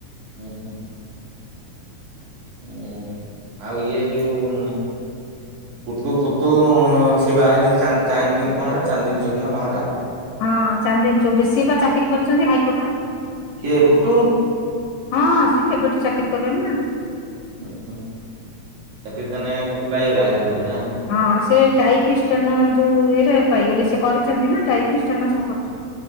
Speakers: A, on the right (about 75°); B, on the left (about 75°).
A: ହୁଁ ହୁଁ ହଁ ଆଉ ଇଏ ଯୋଉ ପୁଟୁ ପୁଟୁ ସେ ବାହାିଲ <unintelligible> କି ଚାରି ଦିନ କଣଟା ଚାରି ଦିନ ଚକନା କଣଟା?
B: ହଁ ଚାନ୍ଦିନ ଚୌରେ ସିଏ ବା ଚାକିରି କରିଛନ୍ତି ହାଇକୋର୍ଟରେ।
A: କିଏ ପୁଟୁ
B: ହଁ ସେ କେବେଠୁ ଚା ଖିରି କଲେଣି ନା?
A: ହୁଁ ହୁଁ ଚାକିରି ତାନେ ପୁଟୁ ପାଇଗଲା ହେଇ ଗୋଟେରେ ନା?
B: ହଁ ସେ ଟାଇପିଷ୍ଟନ ଯୋଉ ଇଏରେ ପାଇଗଲେ ସେ କରିଛନ୍ତି ନା ଟାଇପିଷ୍ଟନ ସବୁ କରୁଛନ୍ତି।